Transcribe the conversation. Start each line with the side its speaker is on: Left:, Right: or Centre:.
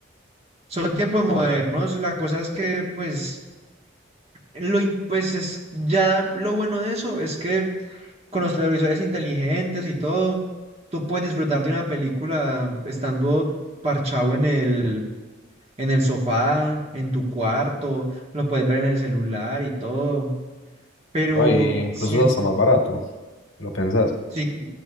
Right: son tiempos modernos, la cosa es que pues, lo, im- pues es, ya lo bueno de eso es que con los televisores inteligentes y todo, tú puedes disfrutar de una película estando parchado en el en el sofá, en tu cuarto, lo puedes ver en el celular y todo. Pero
Left: No, y incluso
Right: ¿no? sí,
Left: es hasta más barato, si lo pensás.
Right: sí,